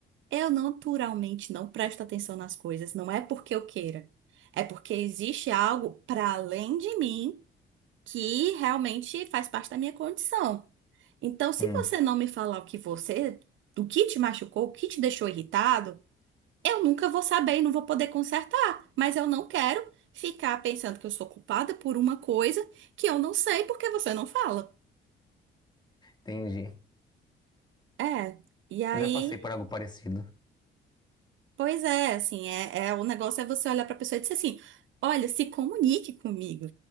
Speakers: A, on the right; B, on the left.
A: eu naturalmente não presto atenção nas coisas, não é porque eu queira. É porque existe algo pra além de mim que realmente faz parte da minha condição. Então, se
B: hum,
A: você não me falar o que você, do que te machucou, o que te deixou irritado, eu nunca vou saber e não vou poder consertar. Mas eu não quero ficar pensando que eu sou culpada por uma coisa que eu não sei porque você não fala.
B: entendi.
A: É. E aí.
B: Eu já passei por algo parecido.
A: Pois é, assim, é, é- o negócio é você olhar para a pessoa e dizer assim: olha, se comunique comigo.